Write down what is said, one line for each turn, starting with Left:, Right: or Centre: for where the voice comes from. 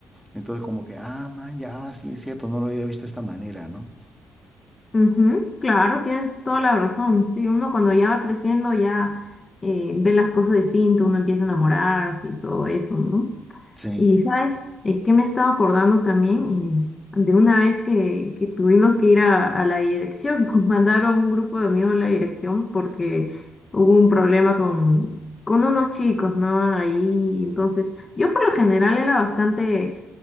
Centre: entonces como que, ah, man, ya, sí es cierto, no lo había visto de esta manera, ¿no?
Left: Ujú, claro, tienes toda la razón. Sí, uno cuando ya va creciendo ya eh, ve las cosas distinto, uno empieza a enamorarse y todo eso, ¿no?
Centre: Sí.
Left: Y sabes, Eh, que me estaba acordando también Eh, de una vez que, que tuvimos que ir a, a la dirección, <laughs> nos mandaron un grupo de amigos a la dirección porque hubo un problema con, con unos chicos, ¿no? Ahí, entonces, yo por lo general era bastante